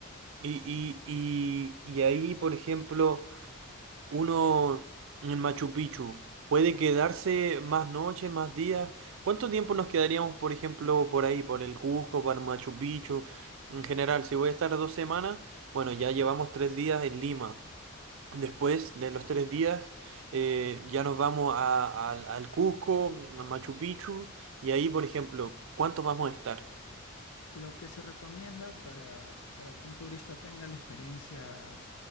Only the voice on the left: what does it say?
Lo que se recomienda para, para que un turista tenga la experiencia,